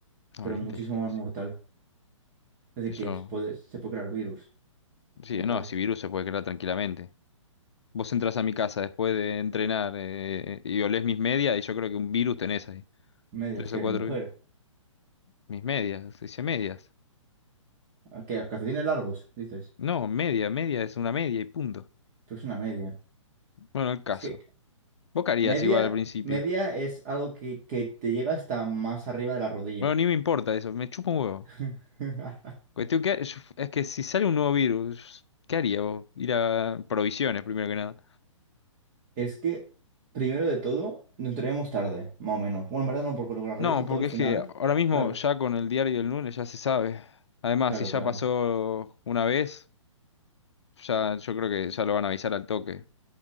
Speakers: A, on the left; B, on the right.
A: No,
B: pero
A: valiente
B: muchísimo
A: el virus.
B: más mortal.
A: sí.
B: Es decir,
A: Eso...
B: que es- puede- se puede crear virus
A: Sí,
B: como
A: no,
B: tal.
A: si virus se puede crear tranquilamente. Vos entras a mi casa después de entrenar eh, y olés mis medias y yo creo que un virus tenés ahí.
B: Medias,
A: Tres
B: que
A: o
B: eres
A: cuatro.
B: mujer.
A: ¿eh? Mis medias, se dice medias.
B: ¿A ¿Qué? ¿Los calcetines largos? Dices.
A: No, media, media es una media y punto.
B: Pues una media.
A: Bueno, el caso.
B: Es que
A: Vos qué harías
B: media,
A: igual al principio.
B: media es algo que, que te llega hasta más arriba de la rodilla.
A: Bueno, ni me importa eso, me chupa un huevo.
B: <laughs>
A: Cuestión que yo- es que si sale un nuevo virus, ¿qué haría vos? Ir a provisiones primero que nada.
B: Es que, primero de todo, nos entraríamos tarde, más o menos. Bueno, en verdad no, porque con las
A: No,
B: redes y
A: porque
B: todo al final.
A: es que ahora mismo
B: Claro,
A: ya con el diario del lunes ya se sabe. Además,
B: claro,
A: si ya
B: claro,
A: pasó una vez, ya yo creo que ya lo van a avisar al toque.